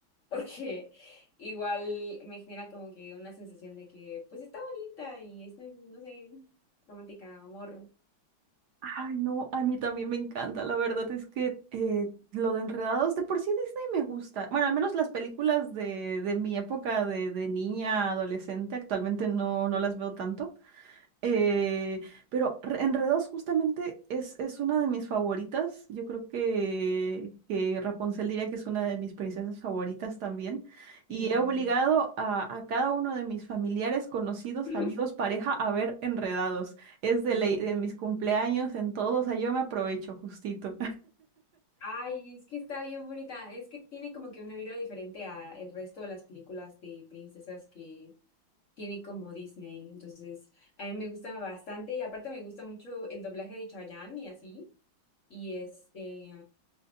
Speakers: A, on the left (about 60°); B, on the right (about 65°).
A: porque igual me genera como que una sensación de que pues está bonita y es, no sé, romántica, amor.
B: Ay, no, a mí también me encanta. La verdad es que eh, lo de Enredados, de por sí Disney me gusta. Bueno, al menos las películas de, de mi época de, de niña, adolescente, actualmente no, no las veo tanto. Eh,
A: Ujú.
B: pero re- Enredados justamente es, es una de mis favoritas. Yo creo que, que Rapunzel diría que es una de mis princesas favoritas también. Y
A: Sí.
B: he obligado a, a cada uno de mis familiares, conocidos,
A: <laughs>
B: amigos, pareja a ver Enredados. Es de
A: Yo-
B: ley, de mis cumpleaños, en todo. O sea, yo me aprovecho justito.
A: Ay, es que está bien bonita. Es que tiene como que una vibra diferente a el resto de las películas de princesas que tiene como Disney. Entonces, a mí me gusta bastante y aparte me gusta mucho el doblaje de Chayanne y así. Y este,